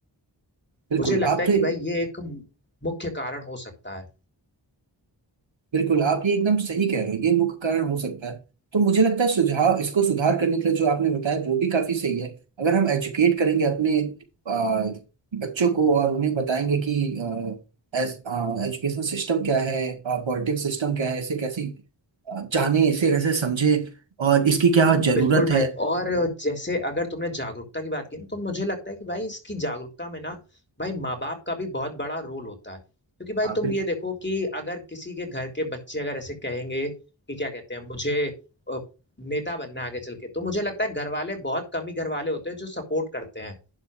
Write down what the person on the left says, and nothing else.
मुझे लगता
है
कि भाई ये एक मुख्य कारण हो सकता है
बिल्कुल भाई
और जैसे अगर तुमने जागरूकता की बात की ना तो मुझे लगता है कि भाई इसकी जागरूकता में ना भाई माँ बाप का भी बहुत बड़ा रोल होता है क्योंकि भाई
तुम
ये देखो कि अगर किसी के घर के बच्चे अगर ऐसे कहेंगे कि क्या कहते हैं मुझे अ, नेता बनना है आगे चल के तो मुझे लगता है घर वाले बहुत कम ही घर वाले होते हैं जो सपोर्ट करते हैं